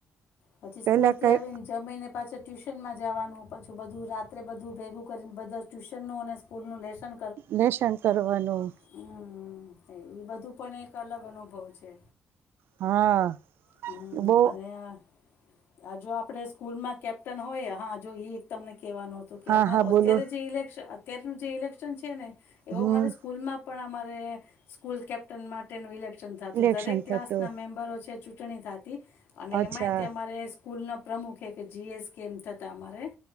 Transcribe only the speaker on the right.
પેલા
કઈ
લેસન કરવાનું.
હા
બો
હા
હા બોલો
હમ
ઇલેક્શન
થતું
અચ્છા